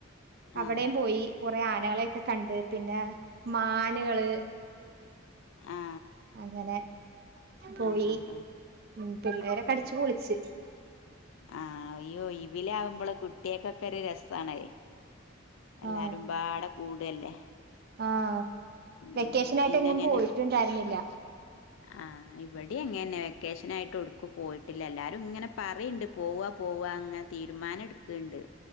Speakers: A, on the right; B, on the left.
A: അവിടെ
B: ആ
A: പോയി. <unintelligible> കുറെ ആനകളെൊക്കെ കണ്ട്. പിന്നെ മാനുകള്,
B: ആ
A: അങ്ങനെ പോയി
B: ആ ആ ആ
A: ഉം പിള്ളേരെ കടിച്ചു പൊളി ച്ച്
B: ആ അയ്യോ ഇവലെ ആകുമ്പോള കുട്ടിയക്കെ ഒരു രസണേ. എല്ലാരുംപാട
A: ആഹ്
B: കൂടല്ലേ.
A: ആഹ് വെക്കേഷനായിട്ട്
B: ഉം പിന്നെ
A: എങ്ങും
B: എങ്ങനെ
A: പോയിട്ടുണ്ടായിരുന്നില്ല
B: ആ ഇവിടെ എങ്ങെ വെക്കേഷൻ ആയി ട്ട് എവിടേക്കും പോയിട്ടില്ല എല്ലാരും ഇങ്ങനെ പറയണ്ടേ പോവ പോവാ അങ്ങനെ തീരുമാനം എടുക്കണ്ട്.